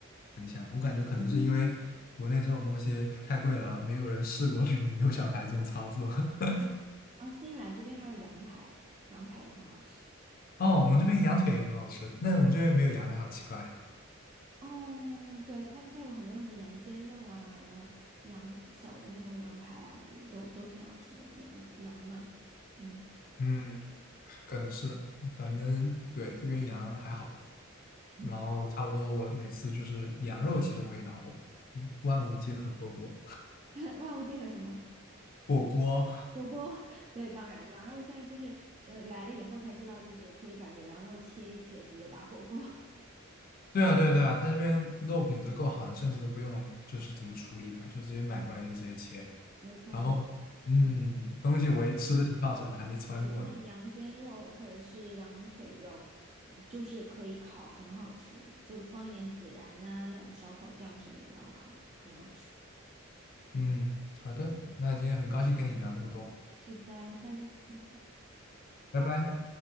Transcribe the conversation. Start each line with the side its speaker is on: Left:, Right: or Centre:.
Left: 很香。我感觉可能是因为国内这种东西太贵了，没有人试过 <laughs> 卤牛小排这种操作。<laughs>
Right: 哦，新西兰这边还有羊排，羊排也很好吃。
Left: 哦，我们这边羊腿也很好吃，但是我们这边没有羊排，好奇怪。
Right: 哦，对，它它有很多什么羊肩肉啊，然后羊小的那种羊排啊，也都都挺好吃的，羊羊嘛，嗯，
Left: 嗯，可能是，反正对，这边羊还好吧。
Right: <laughs>
Left: 然后差不多我每次就是羊肉，其实我也打火锅，嗯，万物皆可火锅。
Right: 万物皆可什么。
Left: 火锅，
Right: 火锅，<laughs> 对，当然，羊肉现在就是，呃，来了以后才知道，就是可以把牛羊肉切一切，直接打火锅。<laughs>
Left: 对啊对啊对啊，它这边肉品质够好，你甚至都不用就是怎么处理它，就直接买过来就直接切。
Right: 没错，
Left: 然后，
Right: 没错。
Left: 嗯，东西我也吃的挺放神的，还没穿过呢。
Right: 你像羊肩肉或者是羊腿肉，嗯就是可以烤，很好吃，就放一点孜然呐、那种烧烤酱什么的，然后烤，很好吃。
Left: 嗯，好的，那今天很高兴跟你聊这么多，
Right: 是的，下次再见。
Left: 拜拜。